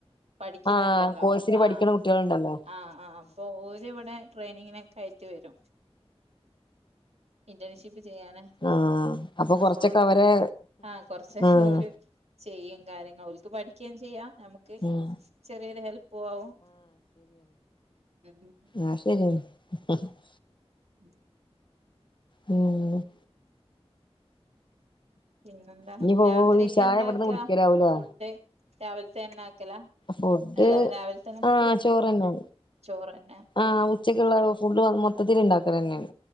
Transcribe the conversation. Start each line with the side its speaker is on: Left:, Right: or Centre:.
Right: പഠിയ്ക്കുന്നുണ്ടല്ലോ
Left: ആഹ് കോഴ്സിന്
Right: ആഹ്
Left: പഠിക്കണ കുട്ടികളുണ്ടല്ലോ
Right: ആഹ് ആഹ് അപ്പഓര് അത് ഇവിടെട്രെനിങ്ങിനൊക്കയായിട്ട് വരും ഇന്റേൺഷിപ്പ് ചെയ്യാനെ
Left: ആഹ് കൊറച്ചൊക്കെ
Right: അപ്പൊ
Left: അവരെ
Right: ആഹ് കൊറച്ചക്കെ
Left: ആഹ്
Right: ഒര് ചെയ്യും കാര്യങ്ങൾ ഒൽക്ക് പഠിക്കുകയും ചെയ്യാം നമു ക്ക്
Left: ഉം
Right: ചെറിയൊരു ഹെല്പും ആവും ഉം ഉം
Left: ആഹ്ശരിയാ <unintelligible>
Right: ഉം
Left: ഉം
Right: പിന്നെന്താ
Left: ഇനിപ്പോ
Right: രാത്രിക്കെ
Left: ചായ
Right: എന്താക്കാ
Left: ഇവിടുന്ന് കുടിക്കലാവൂലേ
Right: ഫുഡ് രാവിൽത്തെന്നെ ആക്കല
Left: ഫുഡ്
Right: എല്ലാം രാവിൽതന്നെ
Left: ആഹ്
Right: ഫുള്
Left: ചോറന്നെ
Right: ചോറ്ന്നെ
Left: ആഹ്
Right: ഉം
Left: ഉച്ചക്കുള്ള ഫുഡ് മൊത്തത്തിൽണ്ടാക്കലെന്നെണ്